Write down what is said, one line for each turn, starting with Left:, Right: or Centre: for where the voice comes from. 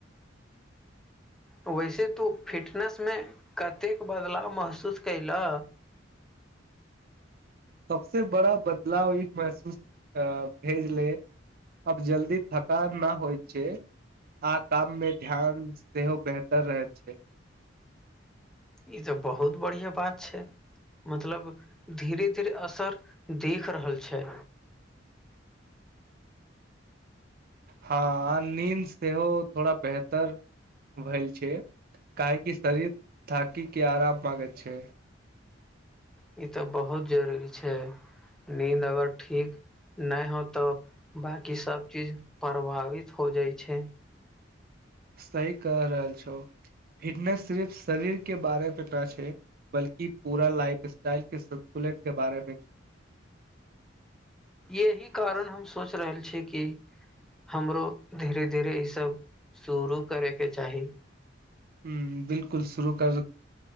Centre: वेसे तू फिटनेस मे कतेक बदलाव महसूस केयला
Right: सबसे बड़ा बदलाव ई महसूस भेजले अब जल्दी थकान न होइ छे आ काम मे ध्यान सेहो बेहतर रहैत छै
Centre: ई त बहुत बढ़ियाँ बात छै मतलब धीरे धीरे असर देख रहल छै
Right: हाँ नींद सेहो थोड़ा बेहतर भेल छै काहेकि शरीर थकी के आराम मागेत छे
Centre: ई तऽ बहुत जरूरी छे निन्द अगर ठीक नय हो तो बाँकी सब चीज प्रभावित हो जाइ छे
Right: सही कह रहल छो फिटनेस सिर्फ शरीर के बारेमे न छै बल्कि पूरा लाइफ स्टाइलके संतुलनके बारेमे छै।
Centre: एहि कारण हम सोच रहल छी कि- हमरो धीरे-धीरे ई सब शुरू करैके चाही।
Right: हूॅं, बिल्कुल शुरू कर-